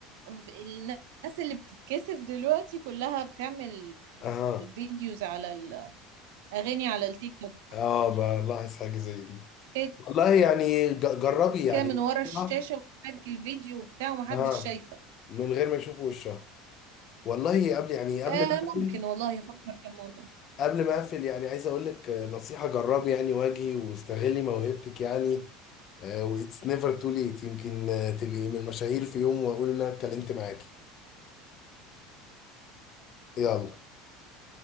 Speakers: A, on the right; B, on the left.
A: في- الناس اللي بتتكسف دلوقتي كلها بتعمل
B: اها
A: فيديوز على الاغاني على التيك توك
B: اه بلاحظ حاجه زي دي
A: كده
B: والله يعني ج- جربي يعني
A: كده من ورا الشاشة
B: اه
A: وبتسجل فيديو وبتاع ومحدش
B: آه،
A: شايفك
B: من غير ما يشوفوا وشها والله قبل يعني قبل
A: آه
B: ما اقفل
A: ممكن والله افكر في الموضوع
B: قبل ما اقفل يعني عايز اقول لك آه، نصيحه جربي يعني واجهي واستغلي موهبتك يعني واتس نيفر تو ليت يمكن آه، تبقي من المشاهير في يوم واقول ان انا اتكلمت معاكي يلا